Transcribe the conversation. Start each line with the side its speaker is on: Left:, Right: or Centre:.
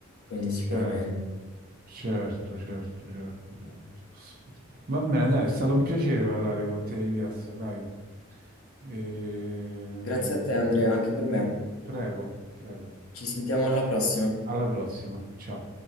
Left: quindi sicuramente.
Right: Certo. Certo, certo, certo, certo. Va bene, dai, è stato un piacere parlare con te, Ilias, dai. Ehm,
Left: Grazie a te, Andrea, anche per me.
Right: Prego, prego.
Left: Ci sentiamo alla prossima.
Right: Alla prossima. Ciao.